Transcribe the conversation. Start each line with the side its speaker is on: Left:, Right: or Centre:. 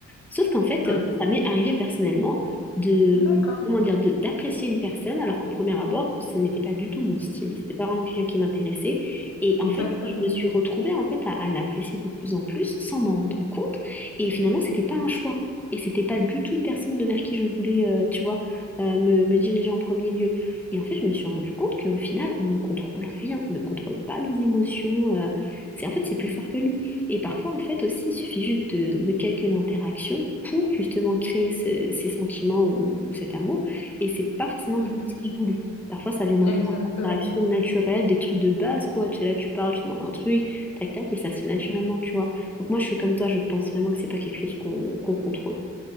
Centre: Sauf qu'en fait,
Left: Ouais.
Centre: moi, ça m'est arrivé personnellement de,
Left: D'accord.
Centre: comment dire, de- d'apprécier une personne alors qu'au premier abord, ce n'était pas du tout mon style, c'était pas vraiment quelqu'un qui m'intéressait. Et en
Left: Exactement.
Centre: fait, je me suis retrouvée en fait à, à l'apprécier de plus en plus sans m'en rendre compte. Et finalement, c'était pas un choix. Et c'était pas du tout une personne de vers qui je voulais, euh, tu vois, euh, me, me diriger en premier lieu. Et en fait, je me suis rendu compte qu'au final, on ne contrôle rien, on ne contrôle pas nos émotions. euh, c'est en fait, c'est plus fort que nous. Et parfois, en fait, aussi, il suffit juste de, de quelques interactions pour justement créer ce- ces sentiments ou, ou cet amour. Et c'est pas forcément
Left: Mhm.
Centre: quelque chose qui est voulu. Parfois, ça vient d'inter-
Left: Exactement.
Centre: d'interactions naturelles, des trucs de base, quoi. Tu es là, tu parles, tu demandes un truc, tac, tac, et ça se fait naturellement, tu vois. Donc moi, je suis comme toi, je pense vraiment que c'est pas quelque chose qu'on qu'on contrôle.